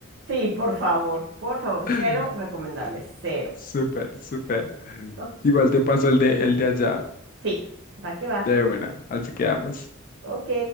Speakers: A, on the right (about 65°); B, on the left (about 40°).
A: sí, por favor, por favor, cero
B: <laughs>
A: recomendable, cero.
B: Súper, súper.
A: Ok,
B: Igual te paso el de, el de allá,
A: sí, va que va.
B: de buena. Así quedamos.
A: Ok.